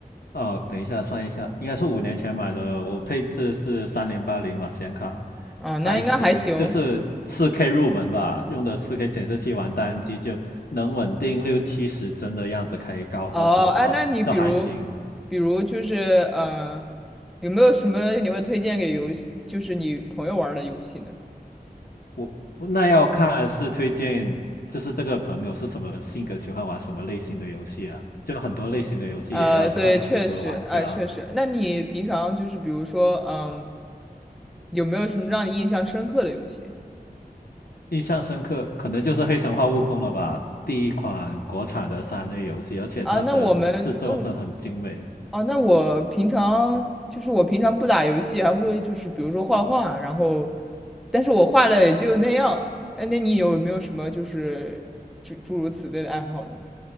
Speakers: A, on the left (about 70°); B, in the centre.
A: 哦，等一下算一下，应该是五年前买的，我配置是三零八零吧，显卡
B: 啊，
A: 还行，
B: 那应该还行。
A: 就是四 K 入门吧，用的四 K 显示器玩单机就能稳定六七十帧的样子，开高画质的话就还行。
B: 哦，哎，那你比如比如就是呃，有没有什么你会推荐给游戏，就是你朋友玩儿的游戏呢？
A: 我我那要看是推荐，就是这个朋友是什么性格，喜欢玩什么类型的游戏啊？就很多类型的游戏也要看符合玩家。
B: 呃，对，确实，哎、确实。那你平常就是比如说，嗯，有没有什么让你印象深刻的游戏？
A: 印象深刻，可能就是《黑神话：悟空》了吧，第一款国产的三 A 游戏，而且它的制作真很精美。
B: 啊，那我们，嗯，哦，那我平常就是我平常不打游戏，还会就是比如说画画，然后，但是我画的也就那样。哎，那你有没有什么就是诸诸如此类的爱好呢？